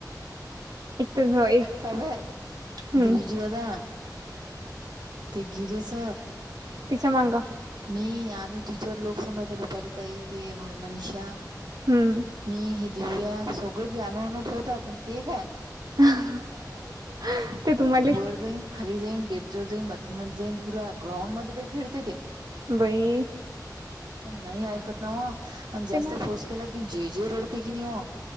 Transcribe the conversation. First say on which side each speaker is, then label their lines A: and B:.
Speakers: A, on the right (about 65°); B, on the right (about 80°).
A: एक <unintelligible>
B: चालू आहे
A: हम्म
B: विजू दादा ते गिरे सर.
A: तिच्या मांग.
B: मी आम्ही टीचर लोकं समजा ते रुपाली ताई तेे मनीषा.
A: हम्म.
B: मी हे दिव्या सगळेच अनू अनू ठेवतात. पण ते काय
A: <unintelligible> ती तुमा
B: वर जाईन खाली जाईन गेट जवळ जाईन बाथरूम मध्ये जाईन पुऱ्या ग्राउंड मध्ये ती बाई फिरते ती.
A: बई.
B: पण नाही ऐकत ना ओ आणि जास्त
A: ना
B: फोर्स केला की जे जे रडते की नाही ओ.